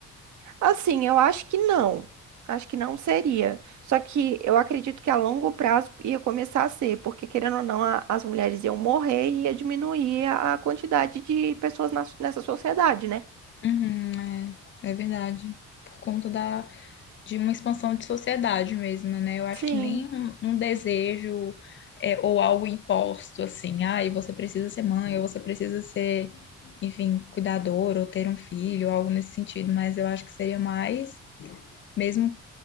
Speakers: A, on the right; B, on the left.
A: assim, eu acho que não. Acho que não seria. Só que eu acredito que a longo prazo ia começar a ser, porque querendo ou não, a- as mulheres iam morrer e ia diminuir a a quantidade de pessoas na- nessa sociedade, né?
B: Uhum, é, é verdade. Por conta da, de uma expansão de sociedade mesmo, né? Eu acho
A: Sim,
B: que nem um, um desejo é, ou algo imposto assim, ah, e você precisa ser mãe, ou você precisa ser, enfim, cuidador, ou ter um filho, algo nesse sentido, mas eu acho que seria mais mesmo